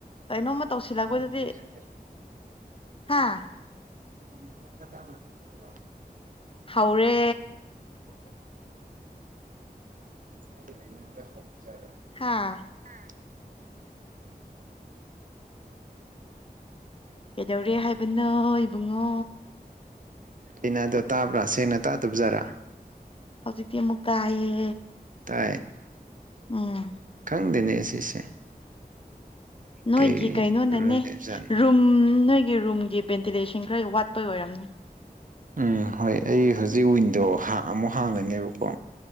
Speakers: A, on the left (about 35°); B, on the right (about 55°).
A: ꯀꯩꯅꯣꯝꯃ ꯇꯧꯁꯤꯜꯂꯛꯄꯗꯨꯗꯤ
B: ꯈꯪꯗꯦ ꯍꯥꯏꯔꯦ
A: ꯍꯥꯥ
B: ꯁꯦ
A: ꯍꯧꯔꯦ
B: ꯁ ꯏꯅꯗ ꯍꯞꯖꯔ
A: ꯍꯥꯥ
B: ꯒ
A: ꯀꯩꯗꯧꯔꯦ ꯍꯥꯏꯕꯅꯣ ꯏꯕꯨꯡꯉꯣ
B: ꯂꯤꯅꯥꯗꯣ ꯇꯥꯕ꯭ꯔꯥ ꯁꯦꯡꯅ ꯇꯥꯗꯕꯖꯥꯔꯥ
A: ꯍꯧꯖꯤꯛ ꯇꯤ ꯑꯃꯨꯛ ꯇꯥꯌꯦ
B: ꯇ
A: ꯎꯝ
B: ꯈꯪꯗꯦꯅꯦ ꯁꯤꯁꯦ
A: ꯅꯣꯏꯒꯤ
B: ꯀꯩ
A: ꯀꯩꯅꯣꯅꯅꯦ
B: ꯄ꯭ꯔꯣꯕ꯭ꯂꯦꯝ ꯂꯩꯕꯖꯥꯠꯅꯣ
A: ꯔꯨꯝ ꯅꯣꯏꯒꯤ ꯔꯨꯝ ꯚꯦꯟꯇꯤꯂꯦꯁꯟ ꯈꯔ ꯋꯥꯠꯄꯩ ꯑꯣꯏꯔꯝꯅꯤ
B: ꯎꯝ ꯍꯣꯏ ꯑꯩ ꯍꯧꯖꯤꯛ ꯋꯤꯟꯗꯣ ꯑꯃꯨꯛ ꯍꯥꯡꯒꯅꯤꯕꯀꯣ